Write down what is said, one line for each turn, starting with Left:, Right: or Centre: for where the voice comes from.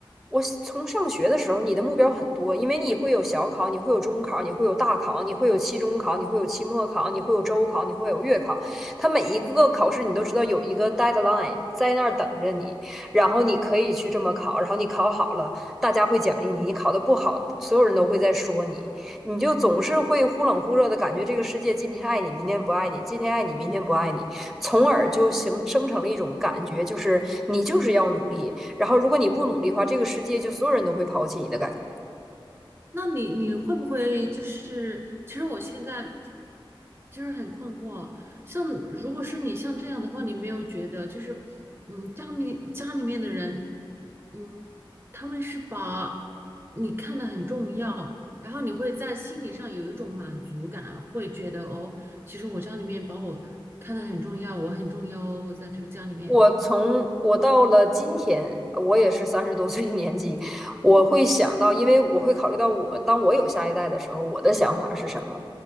Centre: 我从上学的时候，你的目标很多，因为你会有小考，你会有中考，你会有大考，你会有期中考，你会有期末考，你会有周考，你会有月考。它每一个考试，你都知道有一个 deadline 在那儿等着你，然后你可以去这么考，然后你考好了，大家会奖励你；你考的不好，所有人都会在说你，你就总是会忽冷忽热的感觉，这个世界今天爱你，明天不爱你；今天爱你，明天不爱你。从而就形生成了一种感觉，就是你就是要努力，然后如果你不努力的话，这个世界就所有人都会抛弃你的感觉。
Right: 那你你会不会就是，其实我现在就是很困惑，像如果是你像这样的话，你没有觉得就是，嗯，家里面家里面的人，嗯，他们是把你看得很重要，然后你会在心理上有一种满足感，会觉得哦，其实我家里面把我看得很重要，我很重要哦，我在这个家里面，
Centre: 我从我到了今天，呃我也是三十多岁的年纪，我会想到，因为我会考虑到我，当我有下一代的时候，我的想法是什么？